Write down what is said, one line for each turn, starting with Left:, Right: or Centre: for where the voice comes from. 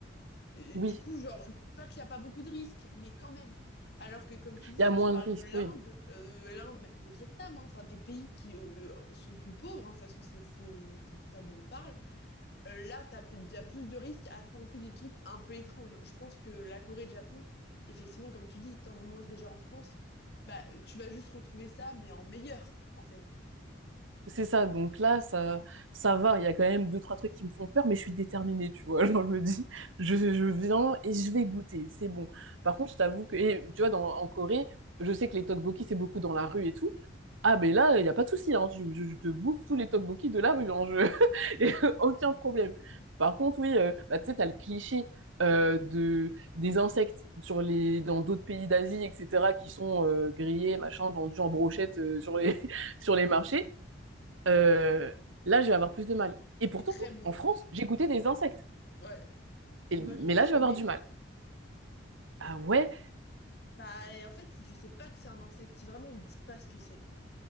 Left: Euh,
Right: oui,
Left: du coup, genre, pas qu'il n'y a pas beaucoup de risques, mais quand même. Alors que, comme tu dis,
Right: il y a moins
Left: tu parles
Right: de risques,
Left: de l'Inde,
Right: oui.
Left: euh, l'Inde, même le Vietnam, hein, enfin des pays qui euh, sont plus pauvres, hein, de toute façon, c'est c'est- c'est de ça dont on parle euh, là, t'as peut-être déjà plus de risques à tenter des trucs un peu étranges. Je pense que la Corée et le Japon, effectivement, comme tu dis, t'en manges déjà en France, bah, tu vas juste retrouver ça, mais en meilleur, en fait.
Right: C'est ça, donc là, ça, ça va. Il y a quand même deux, trois trucs qui me font peur, mais je suis déterminée, tu vois. <laughs> Genre, je me dis, je, je viens et je vais goûter, c'est bon. Par contre, je t'avoue que, et, tu vois, dans, en Corée, je sais que les tteokbokki, c'est beaucoup dans la rue et tout. Ah, mais là, il n'y a pas de souci, hein. Je, je- je te bouffe tous les tteokbokki de la rue, hein. Je... <laughs> et euh, aucun problème. Par contre, oui, euh, bah, tu sais, t'as le cliché euh, de, des insectes sur les, dans d'autres pays d'Asie, etc., qui sont euh, grillés, machin, vendus en brochette euh, sur les, <laughs> sur les marchés. Euh, là, je vais avoir plus de mal. Et pourtant,
Left: C'est très bon.
Right: en France, j'ai goûté des insectes.
Left: Ouais.
Right: Et-
Left: Moi,
Right: mais
Left: j'ai trop
Right: là, je vais avoir
Left: aimé.
Right: du mal. Ah ouais?
Left: Bah, et en fait, si tu sais pas que c'est un insecte, si vraiment on te dit pas ce que c'est,